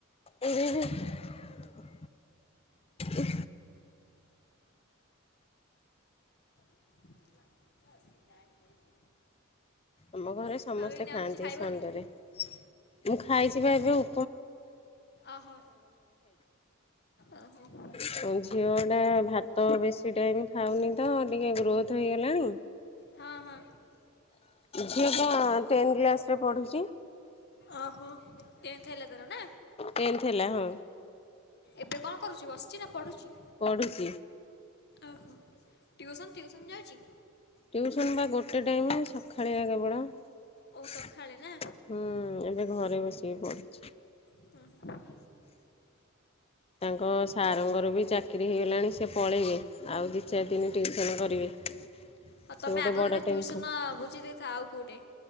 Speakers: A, on the left; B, on the left.
A: ଓ ହୋ, ହୁଁ, ଉଁ,
B: ନା ଚାଲ <unintelligible> ଟାଇମ୍ ହେଇନି।
A: ଆମ ଘରେ ସମସ୍ତେ
B: ଏଇନା
A: ଖାଆନ୍ତି
B: ଆଉ କିଛି ଖାଇବନି
A: ସନଣ୍ଡେ ରେ। ମୁଁ ଖାଇଚି ବା ଏବେ ଉ
B: ଓ ହୋ, ଓ ହୋ।
A: ହଁ ଝିଅ ଟା ଭାତ ବେଶୀ ଟାଇମ୍ ଖାଉନି ତ ଟିକେ ଗ୍ରୋଥ୍ ହେଇଗଲାଣି।
B: ହଁ ହଁ
A: ଝିଅ କଣ ଟେନ୍ କ୍ଲାସ୍ ରେ ପଢୁଚି?
B: ଓହୋ! ଟେନ୍ଥ ହେଲା ତାର ନା?
A: ଟେନ୍ଥ ହେଲା ହଁ
B: ଏବେ କଣ କରୁଚୁ ବସିଚି ନା ପଢୁଚି?
A: ପଢ଼ୁଛି
B: ଓହୋ! ଟିଉସନ୍ ଟିଉସନ୍ ଯାଉଚି?
A: ଟିଉସନ ବା ଗୋଟେ ଟାଇମ୍ ସଖାଳିଆ କେବଳ।
B: ଓ
A: ହୁଁ,
B: ସକାଳେ ନା
A: ଏବେ ଘରେ ବସିକି ପଢୁଛି।
B: ହଁ, ହଁ।
A: ତାଙ୍କ ସାର୍ ଙ୍କର ବି ଚାକିରି ହେଇଗଲାଣି। ସେ ପଳେଇବେ ଆଉ ଦି ଚାରି ଦିନ ଟିଉସନ୍ କରିବେ।
B: ହଁ
A: ସେ
B: ତୋମେ
A: ଗୋଟେ
B: ଆଗତରା
A: ବଡ଼ ଟେନସନ୍
B: ଟିଉସନ ବୁଝି ଦେଇଥା ଆଉ କୋଉଟେ।